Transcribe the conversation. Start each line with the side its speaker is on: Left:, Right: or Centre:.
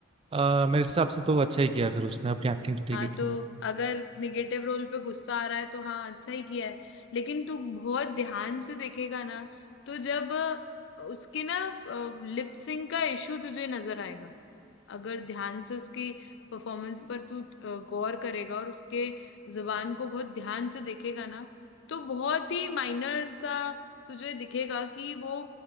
Right: अ, मेरे हिसाब से तो वो अच्छा ही किया फिर उसने अपनी एक्टिंग तो ठीक
Left: हाँ
Right: ही की
Left: तो अगर निगेटिव रोल पे गुस्सा आ रहा है तो हाँ अच्छा ही किया है लेकिन तू बहुत ध्यान से देखेगा ना तो जब अ, उसके ना लिप सिंक का इशू तुझे नजर आएगा अगर ध्यान से उसकी परफॉर्मेंस पर तू अ, गौर करेगा और उसके जुबान को बहुत ध्यान से देखेगा ना तो बहुत ही माइनर सा तुझे दिखेगा कि वो